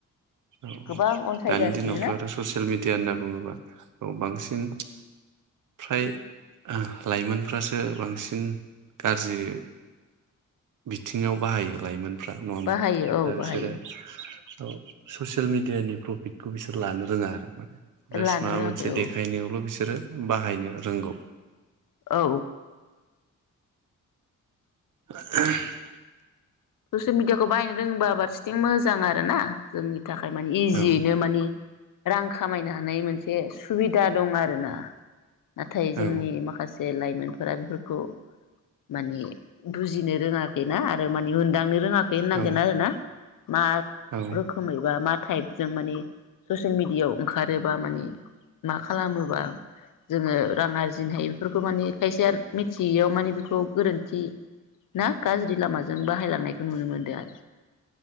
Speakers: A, on the right; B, on the left.
A: औ
B: गोबां अनसायगासिनो
A: दानि दिनावथ
B: ना
A: आरो ससियेल मिडिया होनना बुङोबा। औ बांसिन फ्राय आ लाइमोनफ्रासो बांसिन गाज्रि बिथिङाव बाहायो लाइमोन। फ्रा नङा होमबा
B: बाहायो औ
A: दा बिसोरो।
B: बाहायो
A: थ। ससेयेल मिडियानि प्रफिटखौ बिसोर लानो रोङा आरो मा। जास्ट
B: लानो
A: माबा
B: रोङाखै
A: मोनसे
B: औ
A: देखायनायावल बेसे जोरो बाहायनो रोंगौ।
B: औ।
A: <inaudible>
B: <unintelligible> मिडयाखौ बा रोंबा बारसेथिं मोजां आरो ना जोंनि। थाखाय माने इजियैनो
A: औ
B: मानि। रां खामायनो हानाय मोनसे सुबिदा दं आरो। ना-नाथाय
A: औ
B: जोंनि माखासे। जे लाइमोनफोरा बेफोरखौ मानि बुजिनो रोङाखैना आरो मानि उन दांनो रोङा। <unintelligible>
A: औ
B: आरो ना। मा
A: औ
B: रोखोमै बा मा। टाइपजों माने ससेल मिडियायाव ओंखारोबा मानि मा खालामोबा जोङो रां आरजिनो हायो इफोरखौ मानि खायसेया मिथियैयाव मानि बेखौ गोरोन्थि ना गाज्रि लामाजों बाहाय। नायखौ नुनो मोनदो आरो।